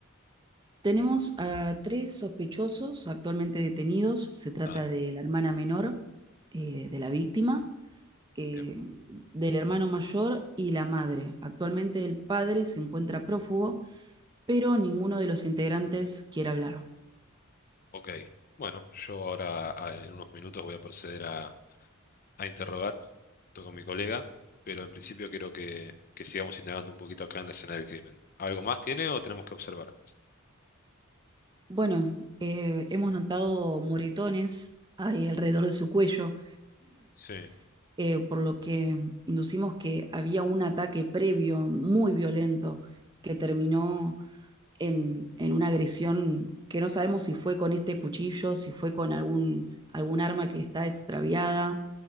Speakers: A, on the right (about 20°); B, on the left (about 40°).
A: Tenemos a tres sospechosos actualmente detenidos. Se trata
B: Ah,
A: de la hermana menor eh, de la víctima, eh,
B: bien.
A: del hermano mayor y la madre. Actualmente el padre se encuentra prófugo, pero ninguno de los integrantes quiere hablar.
B: Ok. Bueno, yo ahora ah, en unos minutos voy a proceder a, a interrogar junto con mi colega, pero en principio quiero que, que sigamos indagando un poquito acá en la escena del crimen. ¿Algo más tiene o tenemos que observar?
A: Bueno, eh, hemos notado moretones ahí alrededor de su cuello,
B: Sí,
A: <clears throat> eh, por lo que inducimos que había un ataque previo muy violento que terminó en, en una agresión que no sabemos si fue con este cuchillo, si fue con algún, algún arma que está extraviada.